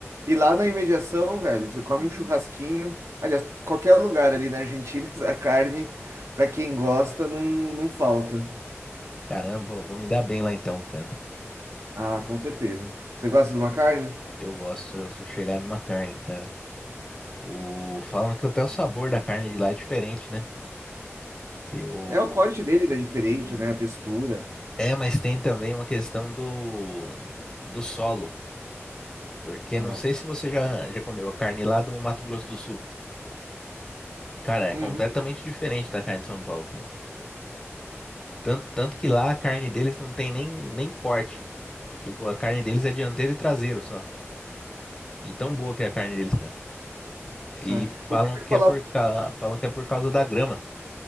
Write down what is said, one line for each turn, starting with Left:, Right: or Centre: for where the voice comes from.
Right: E lá na imediação, velho, você come um churrasquinho, aliás, qualquer lugar ali na Argentina, <laughs> a carne, pra quem gosta, não, não falta.
Left: Caramba, eu vou me dar bem lá então, cara.
Right: Ah, com certeza. Você gosta de uma carne?
Left: Eu gosto, eu sou chegado numa carne, cara. O, falam que até o sabor da carne de lá é diferente, né? Que o,
Right: É, o corte deles é diferente, né? A textura.
Left: é, mas tem também uma questão do, do solo. Porque
Right: É.
Left: não sei se você já, já comeu a carne lá do Mato Grosso do Sul. Cara, é
Right: Uhum,
Left: completamente diferente da carne de São Paulo, cara. Tanto, tanto que lá a carne deles não tem nem, nem corte. Tipo, a carne deles é dianteiro e traseiro só. De tão boa que é a carne deles, cara. E
Right: é.
Left: falam
Right: O que eu ouvi
Left: que
Right: falar
Left: é por, ca... falam que é por causa da grama.